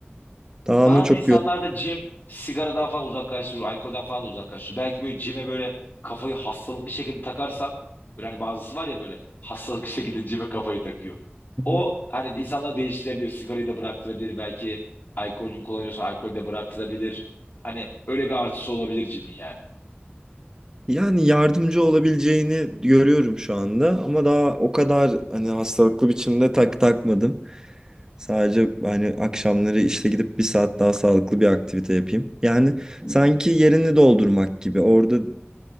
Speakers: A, on the right; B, on the left.
A: Daha
B: Bazı
A: ama çok
B: insanlar
A: yol.
B: da cim sigaradan falan uzaklaştırıyor, alkolden falan da uzaklaştırıyor. Belki böyle cime böyle kafayı hastalıklı şekilde takarsan böyle hani bazısı var ya böyle hastalıklı <laughs> şekilde cime kafayı takıyor.
A: <laughs>
B: O hani insanlar değiştirebiliyor. Sigarayı da bıraktırabilir. Belki alkolün kullanıyorsa alkolü de bıraktırabilir. Hani öyle bir artısı olabilir cimin yani.
A: Yani yardımcı olabileceğini görüyorum şu anda ama daha o kadar hani hastalıklı biçimde tak takmadım. Sadece hani akşamları işte gidip bir saat daha sağlıklı bir aktivite yapayım. Yani sanki yerini doldurmak gibi. Orada